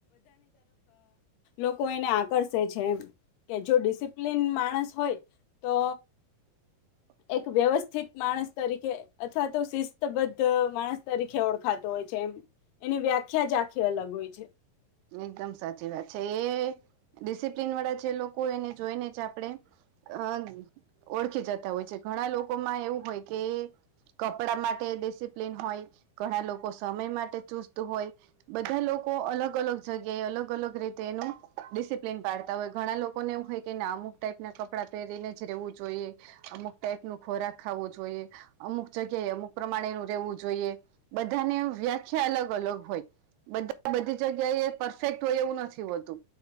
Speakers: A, on the left; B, on the right.
A: લોકો એને આકર્ષે છે કે જો ડિસિપ્લીન <unintelligible> ્લીન માણસ હોય તો
B: <unintelligible>
A: એક વ્યવસ્થિત માણસ તરીકે અથવા તો શિસ્તબદ્ધ માણસ તરીકે ઓળખાતો હોય છે એમ એની વ્યાખ્યા જ આખી અલગ હોય છે
B: એકદમ સાચી વાત છે એ ડિસિપ્લીન વાળા જે લોકોય એને જોઈને છે આપણે અ ઓળખી જતા હોય છે ઘણા લોકોમાં એવું હોય કે કપડા માટે ડિસિપ્લીન હોય ઘણા લોકો સમય માટે ચુસ્ત હોય બધા લોકો અલગ અલગ જગ્યાએ અલગ અલગ રીતે એનું ડિસિપ્લીન પાડતા હોય ઘણા લોકોને એવું કે ના અમુક ટાઈપ ના કપડાં પહેરીને જ રેવું જોઈએ અમુક ટાઈપ નુ ખોરાક ખાવો જોઈએ અમુક જગ્યાએ અમુક પ્રમાણે એનું રહેવું જોઈએ બધાની વ્યાખ્યા અલગ અલગ હોય બધા બધી જગ્યાએ પરફેક્ટ હોય એવું નથી હોતું